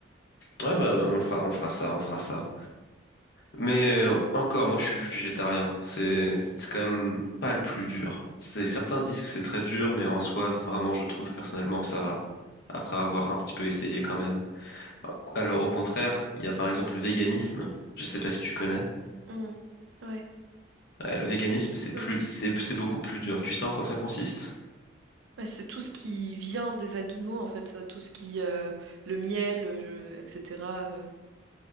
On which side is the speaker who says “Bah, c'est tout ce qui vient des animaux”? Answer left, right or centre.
Right